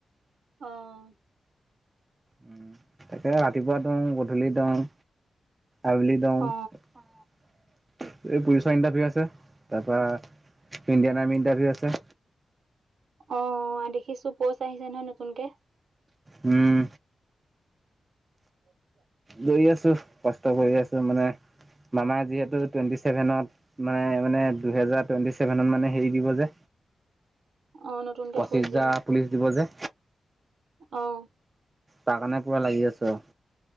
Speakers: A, on the right; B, on the right.
A: অ'।
B: উম, তাকে ৰাতিপুৱা দওঁ গধূলি দওঁ। আবেলি দং,
A: অ
B: এই পুলিচৰ ইণ্টাৰভিউ আছে তাৰপৰা ইণ্ডিয়ান আৰ্মি ইন্টাৰভিউ আছে।
A: অ' দেখিছোঁ পোচ আহিছে নহয় নতুনকে।
B: উম।
A: <inaudible>
B: গৈ আছোঁ কষ্ট কৰি আছোঁ মানে মামাৰ যিহেতু টুৱেন্টি চেছেভেনত মানে মানে দুহেজাৰ টুৱেন্টি চেছেভেনত মানে হেৰি দিব যে।
A: অ নতুনকে
B: পঁচিছ
A: প'ষ্ট দিব
B: যাৰ পুলিচ দিব যে।
A: অ'।
B: তাৰ কাৰণে পুৰা লাগি আৰু।